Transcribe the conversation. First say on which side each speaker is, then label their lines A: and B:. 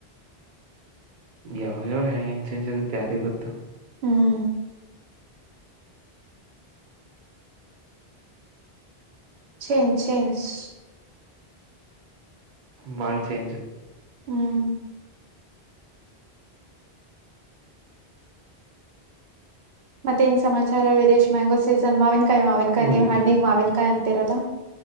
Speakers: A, on the right (about 55°); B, on the right (about 80°).
A: ಯಾವಾಗ ಯಾವ ಹೆಂಗ್ ಹೆಂಗ್ ಚೇಂಚ್ ಆಗುತ್ತೆ ಯಾರಿಗೆ ಗೊತ್ತು
B: ಹ್ಮ್ ಚೇಂಜ್ ಚೇಂಜ್
A: ಬಾಳ ಚೇಂಜ್
B: ಹ್ಮ್ ಮತ್ತೆ ಏನ್ ಸಮಾಚಾರ ವೀರೇಶ್ ಮ್ಯಾಂಗೋ ಸೀಸನ್ ಮಾವಿನಕಾಯಿ ಮಾವಿನ ಕಾಯಿ
A: ಮುಗೀತ್
B: ನೀವ ಹಣ್ಣಿಗೆ ಮಾವಿನ ಕಾಯಿ ಅಂತಿರಲ್ಲ